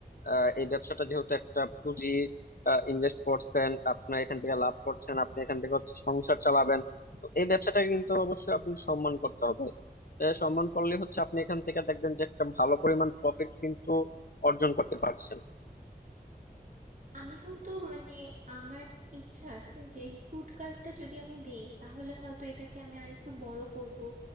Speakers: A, on the left; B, on the right.
A: আহ, এই ব্যবসাটা যেহেতু একটা পুঁজি ইনভেস্ট করছেন আপনি এখান থেকে লাভ করছেন আপনি এখান থেকে হচ্ছে সংসার চালাবেন তো এই ব্যবসাটাকে কিন্তু অবশ্যই আপনি সম্মান করতে হবে এ, সম্মান করলে হচ্ছে আপনি এখান থেকে দেখবেন যে একটা ভালো পরিমাণ প্রফিট কিন্তু অর্জন করতে পারছেন
B: আমি হয়তো মানে আমার ইচ্ছা আছে যে এই ফুড কার্টটা যদি আমি দেই তাহলে হয়তো এটাকে আমি আর একটু বড় করব